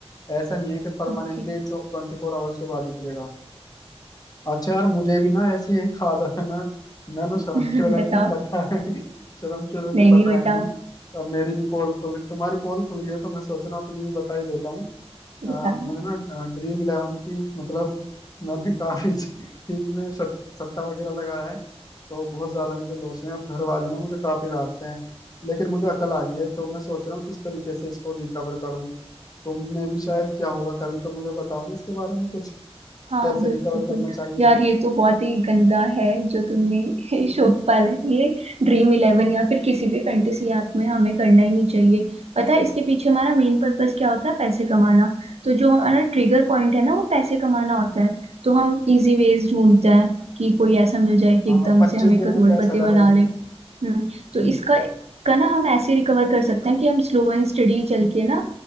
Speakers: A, on the left (about 35°); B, on the right (about 70°).
A: ऐसा नहीं है कि परमानेंटली
B: ओके
A: ट्वेंटी फोर आवर्स के बाद ही खुलेगा अच्छा यार मुझे भी ना ऐसी एक आदत है मैं मैं ना शर्म
B: <laughs>
A: की वजह
B: बताओ
A: से बताया <laughs> शर्म की वजह से
B: नहीं
A: बताया
B: नहीं बताओ
A: नहीं अब मेरी भी पोल खुल तुम्हारी पोल खुल गई है, तो मैं सोच रहा हूँ अपनी भी बता ही देता हूँ अ,
B: बताओ
A: मैंने ना ड्रीम इलेवन की मतलब मैंने काफी <laughs> इसमें शट, सट्टा वगैरह लगाया है तो बहुत ज्यादा मुझे लॉस हुए हैं। अब घर वाले ना मुझे काफी डांटते हैं लेकिन मुझे अकल आ गई है तो मैं सोच रहा हूँ किस तरीके से इसको रिकवर करूँ तुमने भी शायद क्या होगा कभी तो मुझे बताओ ना इसके बारे में कुछ
B: हाँ
A: कैसे
B: बिल्कुल
A: रिकवर करना चाहिए
B: यार ये तो बहुत ही गंदा है जो तुमने
A: <laughs>
B: <laughs> शौक पाला है ये ड्रीम इलेवन या फिर किसी भी फैंटेसी ऐप में हमें करना ही नहीं चाहिए पता है इसके पीछे हमारा मेन पर्पस क्या होता है पैसे कमाना तो जो हमारा ट्रिगर पॉइंट है ना वो पैसे कमाना होता है तो हम इजी वेज ढूंढते हैं कि कोई ऐसा मिल जाए कि
A: हाँ
B: एकदम
A: पच्चीस
B: से हमें
A: दिन
B: करोड़पति
A: में पैसा डबल
B: बना ले हम्म तो
A: <laughs>
B: इसका का ना हम ऐसे रिकवर कर सकते हैं कि हम स्लो एंड स्टडी चल के ना